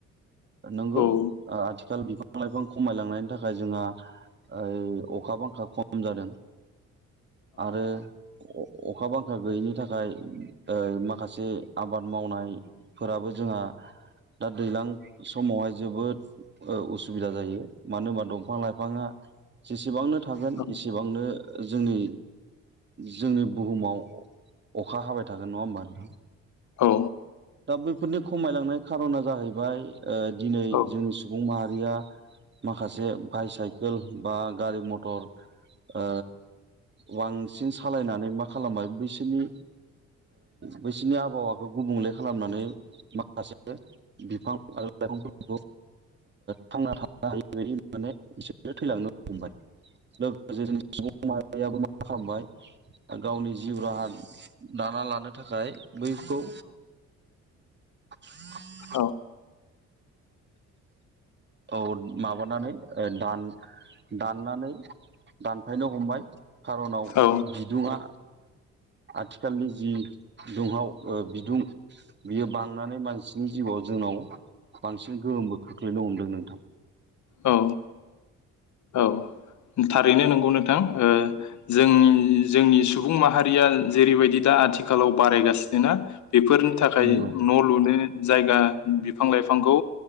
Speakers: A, on the right (about 35°); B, on the left (about 70°).
A: नंगौ
B: औ
A: ओ आथिखाल बिफां लाइफां खमायलांनायनि थाखाय जोंहा ओइ अखा बांखा खम जादों। आरो अखा बांखा गैयिनि थाखाय ओ माखासे आबाद मावनाय फोराबो जोंहा दा दैलां समावहाय जोबोद ओ उसुबिदा जायो। मानो होनबा दंफां लाइफाङा जेसेबांनो थागोन एसेबांनो
B: औ
A: जोंनि जोंनि बुहुमाव अखा हाबाय थागोन नङा होमबा नोंथां।
B: औ
A: बैफोरनि खमायलांनाय खारना जाहैबाय ओ दिनै
B: औ
A: जोंनि सुबुं माहा रिया माखासे बायसाइकेल बा गारि मथर आ बांसिन सालायनानै मा खालामबाय बैसोरनि बैसोरनि आबहावाखौ गुबुंलेखा खालामनानै माखासे बिफां आरो लाइगांफोरखौ थांना थानो हायोबायाने एसोरो थैलांनो बाय लोगोसे जों सुबुं बा मा खालामबाय गावनि जिउ राहा दाना लानो थाखाय बैखौ ह
B: औ
A: औ माबानानै दान दाननानै दानफायनो हमबाय खारनाव
B: औ
A: बिदुङा आथिखालनि जि दुंहाव बिदुं बियो बांनानै मानसिनि जिउआव जोंनाव बांसिन गोहोमबो खोख्लैनो हमदों नोंथा।
B: औ औ थारैनो नंगौ नोंथां जोंनि जोंनि सुबुं माहारिया जेरैबायदि दा आथिखालाव बारायगासिनो ना? बेफोरनि थाखाय
A: नंगौ
B: न' लुनो जायगा बिफां लाइफांखौ